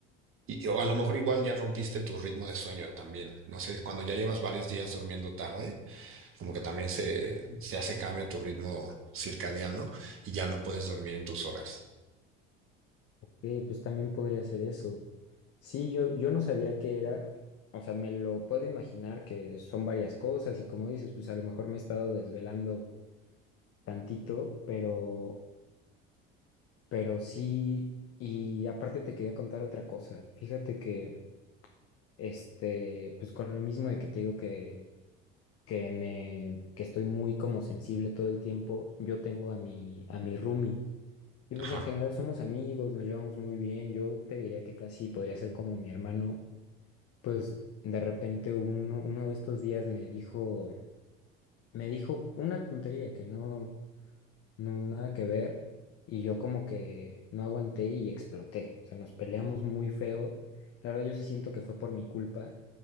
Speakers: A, on the right; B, on the left.
A: y o a lo mejor igual ya rompiste tu ritmo de sueño también. No sé, cuando ya llevas varios días durmiendo tarde, como que también se, ya se cambia tu ritmo circadiano y ya no puedes dormir en tus horas.
B: Eh, pues también podría ser eso. Sí, yo, yo no sabía qué era, o sea, me lo puedo imaginar que son varias cosas y como dices, pues a lo mejor me he estado desvelando tantito, pero, pero sí, y aparte te quería contar otra cosa. Fíjate que, este, pues con lo mismo de que te digo que, que me, que estoy muy como sensible todo el tiempo, yo tengo a mi, a mi roomie. Y pues
A: Ajá.
B: en general somos amigos, nos llevamos muy bien. Yo te diría que casi podría ser como mi hermano, Pues de repente uno, uno de estos días me dijo, me dijo una tontería que no, no, nada que ver, y yo como que no aguanté y exploté. O sea, nos peleamos muy feo. La verdad, yo sí siento que fue por mi culpa,